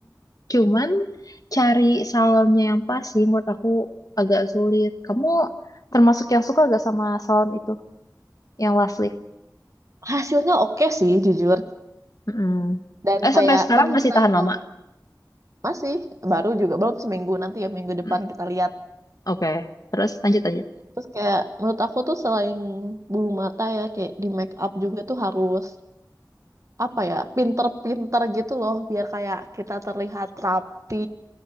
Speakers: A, on the left (about 55°); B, on the right (about 45°).
A: cuman cari salonnya yang pas sih menurut aku agak sulit kamu termasuk yang suka gak sama salon itu yang last lift
B: Hasilnya oke sih jujur.
A: Mm-mm.
B: Dan
A: eh
B: kayak
A: sampai sekarang
B: ternyata
A: masih tahan
B: tuh
A: lama
B: masih baru juga belum seminggu nanti ya minggu depan
A: Mm,
B: kita lihat.
A: oke terus lanjut lanjut
B: Terus kayak menurut aku tuh selain bulu mata ya kayak di make up juga tuh harus apa ya pinter-pinter gitu loh biar kayak kita terlihat rapi